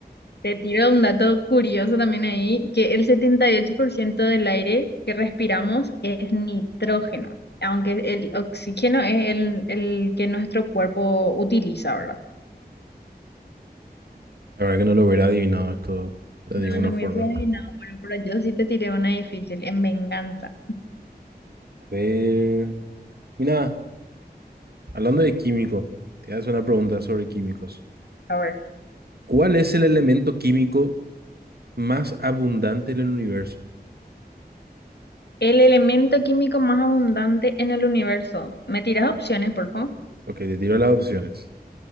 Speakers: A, on the left; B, on the right.
A: te tiro un dato curioso también ahí, que el 78% del aire que respiramos es nitrógeno, aunque el oxígeno es el, el que nuestro cuerpo utiliza, ¿verdad?
B: La verdad que no lo hubiera adivinado esto de
A: No,
B: ninguna
A: no
B: forma.
A: hubiese adivinado. Bueno, pero yo sí te tiré una difícil, en venganza.
B: A ver, mira, hablando de químico, te hago una pregunta sobre químicos.
A: A ver,
B: ¿Cuál es el elemento químico más abundante en el universo?
A: el elemento químico más abundante en el universo. ¿Me tiras
B: Ajá.
A: opciones, por favor?
B: Ok, te tiro las opciones.